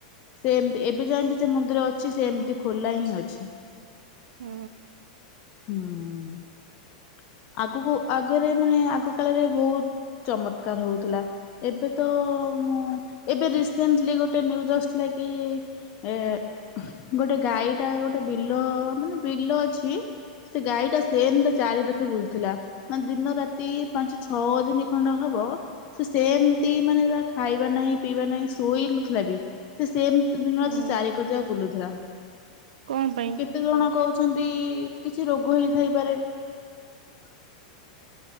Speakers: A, on the left (about 35°); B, on the right (about 80°).
A: ସେମତି ଏବେ ଯାଇ ବିି ସେ ମନ୍ଦିର ଅଛି ସେ ସେମିତି ଖୋଲା ହିଁ ଅଛି।
B: ହୁଁ।
A: ହୁଁ। ଆଗକୁ ଆଗରେ ମାନେ ଆଗ କାଳରେ ବହୁତ ଚମତ୍କାର ହଉଥିଲା ଏବେ ତ ମୁଁ ଏବେ ରିସେଣ୍ଟଲି ଗୋଟେ ନ୍ୟୁଜ ଆସଥିଲା କି ଏ ଗୋଟେ ଗାଈ ଟା ଗୋଟେ ବିଲ ମାନେ ବିଲ ଅଛି ସେ ଗାଈ ଟା ସେମିତି ଚାରି ପାଖ ବୁଲୁଥିଲା ମାନେ ଦିନ ରାତି ପାଞ୍ଚ ଛଅ ଦିନ ଖଣ୍ଡେ ହବ ହବ ସେ ସେମିତି ମାନେ ହେଲା ଖାଇବା ନାହିଁ ପିଇବା ନାାଇଁ ଶୋଇ ନଥିଲା ବି ସେମିତି ଦିନରେ
B: ହୁଁ
A: ସେ ଚାରି କରି ଯାକ ବୁଲୁଥିଲା। ହେରା।
B: କଣ ପାଇଁ
A: କେତେ ଜଣ କହୁଛ? ଅଛନ୍ତି। କିଛି ରୋଗ ହେଇଥାଇପାରେ। <unintelligible>